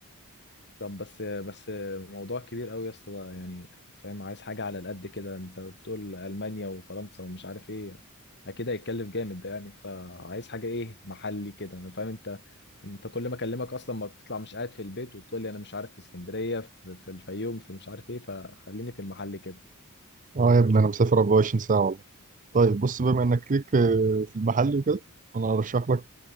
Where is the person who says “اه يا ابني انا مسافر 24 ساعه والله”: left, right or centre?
Right